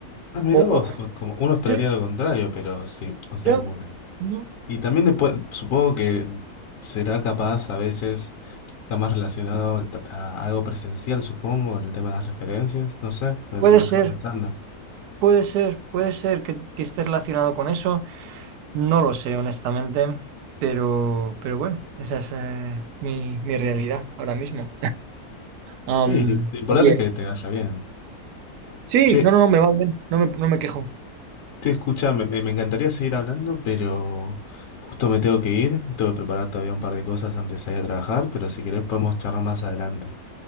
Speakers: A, on the left (about 65°); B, on the right (about 80°).
A: Ah, mirá
B: O-
A: vos,
B: o-
A: o- como uno esperaría
B: sí,
A: lo contrario, pero sí, o sea,
B: ya.
A: como que...
B: No.
A: Y también después, supongo que será capaz a veces, está más relacionado al tra- a algo presencial, supongo, el tema de las referencias, no sé, me,
B: Puede
A: me deja
B: ser,
A: pensando.
B: puede ser, puede ser que, que esté relacionado con eso. No lo sé, honestamente, pero, pero bueno, esa es eh, mi, mi realidad ahora mismo. Am,
A: Sí, lo importante
B: oye,
A: es que te vaya bien.
B: sí,
A: Che,
B: no, no, no, me va bien, no me, no me quejo.
A: Sí, escucha, me, me- me encantaría seguir hablando, pero justo me tengo que ir. Tengo que preparar todavía un par de cosas antes de ir a trabajar, pero si querés podemos charlar más adelante.